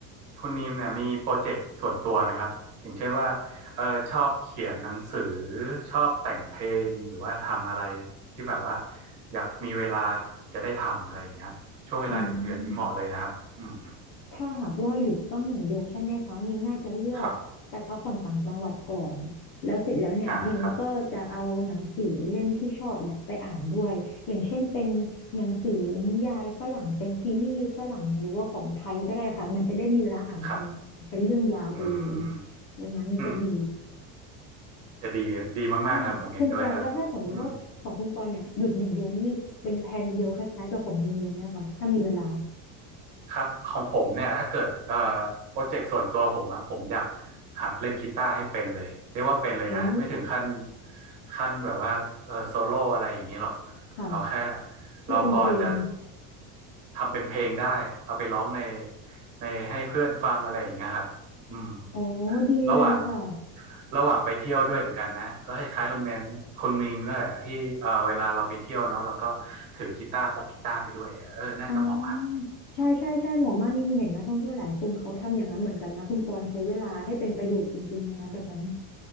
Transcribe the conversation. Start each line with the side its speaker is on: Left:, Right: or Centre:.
Right: คุณนีมเนี่ยมีโปรเจกต์ส่วนตัวไหมครับอย่างเช่นว่าเออชอบเขียนหนังสือชอบแต่งเพลงหรือว่าทำอะไรที่แบบว่าอยากมีเวลาจะได้ทำอะไรอย่างเงี้ยครับช่วงเวลาหนึ่งเดือนนี้เหมาะเลยนะครับอืม
Left: อืม ถ้าหากว่าหยุดตั้งหนึ่งเดือนใช่ไหมคะนิมน่าจะเลือกไปพักผ่อนต่างจังหวัดก่อนแล้วเสร็จแล้วเนี่ยนิมก็จะเอาหนังสือเล่มที่ชอบเนี่ยไปอ่านด้วยอย่างเช่นเป็นหนังสือนิยายฝรั่งเป็นซีรีส์ฝรั่งหรือว่าของไทยก็ได้ค่ะมันจะได้มีเวลาอ่านนานๆเป็นเรื่องยาวไปเลย
Right: ครับอ่าครับครับอืม
Left: อย่างนั้นจะดี
Right: อืมจะดีดีมากๆครับผมเห็นด้วยครับอืม
Left: ใช่คุณปอนแล้วถ้าสมมุติว่าของคุณปอนเนี่ยหยุดหนึ่งเดือนนี่เป็นแผนเดียวคล้ายๆกับของนิมเลยไหมคะถ้ามีเวลา
Right: ครับของผมเนี่ยถ้าเกิดเอ่อโปรเจกต์ส่วนตัวผมอะผมอยากหัดเล่นกีตาร์ให้เป็นเลยเรียกว่าเป็นเลยนะไม่ถึงขั้น
Left: โอ้
Right: ขั้นแบบว่าเออโซโล่อะไรอย่างนี้หรอก
Left: ค่ะ
Right: เอาแค่
Left: ให้เป็นเพลง
Right: เราพอจะทำเป็นเพลงได้เอาไปร้องในในให้เพื่อนฟังอะไรอย่างเงี้ยครับอืม
Left: อ๋อดีเลยค่ะ
Right: ระหว่างระหว่างไปเที่ยวด้วยเหมือนกันนะก็คล้ายๆคุณแมนคุณมีมนั่นแหละที่เออเวลาเราไปเที่ยวเนาะเราก็ถือกีตาร์พกกีตาร์ไปด้วยอะเออน่าจะเหมาะครับ
Left: อ่าใช่ใช่ใช่หมอมากนี่เห็นนะท่องเที่ยวหลายคนเขาทำอย่างนั้นเหมือนกันนะคุณปอนใช้เวลาให้เป็นประโยชน์จริงๆเลยนะแบบนั้น